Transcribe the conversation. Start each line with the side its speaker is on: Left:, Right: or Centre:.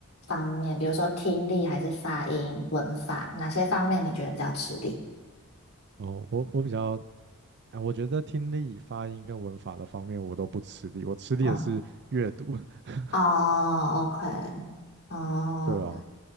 Left: 方面？比如说听力还是发音、文法，哪些方面你觉得比较吃力？
Right: 哦，我我比较哎，我觉得听力、发音跟文法的方面我都不吃力，我吃力的是阅读。
Left: 嗯，
Right: <laughs>
Left: 哦，OK，哦，
Right: 对啊，
Left: 对